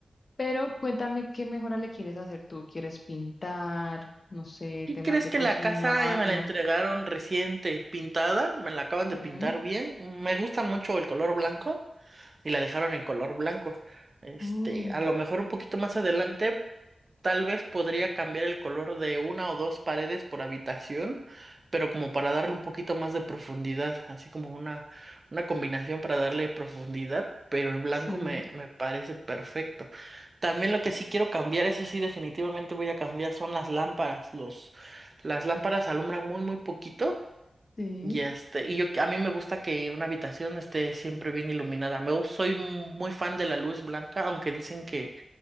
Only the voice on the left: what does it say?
Pero cuéntame qué mejora le quieres hacer tú. ¿Quieres pintar? No sé,
temas
de
cocina,
baño.
Sí.
Oh,
sí,
sí.